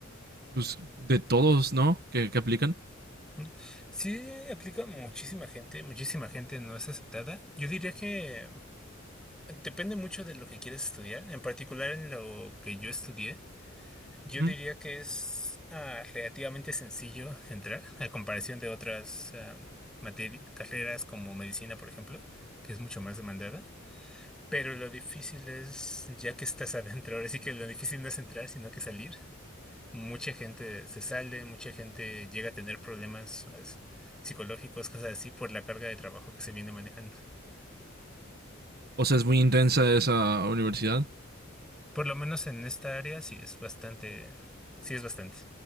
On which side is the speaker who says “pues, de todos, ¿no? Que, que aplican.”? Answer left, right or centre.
Right